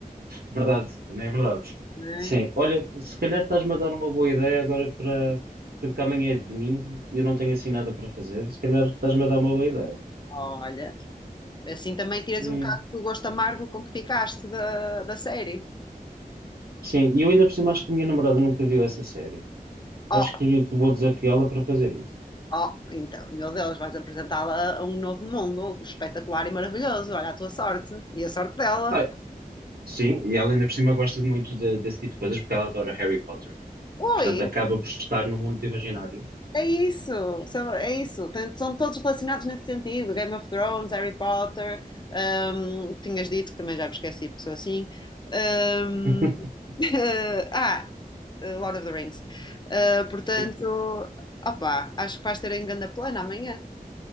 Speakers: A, on the right; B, on the left.
A: verdade, também é verdade.
B: Né?
A: Sim, olha, se calhar estás-me a dar uma boa ideia agora para. Sendo que amanhã é domingo e eu não tenho assim nada para fazer, se calhar estás-me a dar uma boa ideia.
B: Olha, assim também tiras
A: Hum,
B: um bocado do gosto amargo com que ficaste da, da série.
A: Sim, e eu ainda por cima acho que a minha namorada nunca viu essa série.
B: Oh,
A: Acho que, que vou desafiá-la para fazer isso.
B: Oh, então, meu Deus, vais apresentá-la a um novo mundo espetacular e maravilhoso. Olha a tua sorte e a sorte dela.
A: Ah, sim, e ela ainda por cima gosta de muito de- desse tipo de coisas porque ela adora Harry Potter.
B: Ui,
A: Portanto, acaba por estar no mundo imaginário.
B: é isso, são- é isso. Tem- São todos relacionados nesse sentido: Game of Thrones, Harry Potter, hum, o que tinhas dito, que também já me esqueci porque sou assim. Hum,
A: <laughs>
B: <laughs> ah, Lord of the Rings. Ah, portanto,
A: Sim,
B: opá, acho que vais ter um grande plano amanhã.